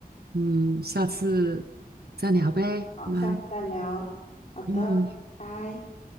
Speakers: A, on the right (about 80°); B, on the left (about 50°).
A: 嗯，下次再聊呗，
B: 好，我们下次再聊。
A: 我们
B: 好的，
A: 嗯。
B: 拜拜。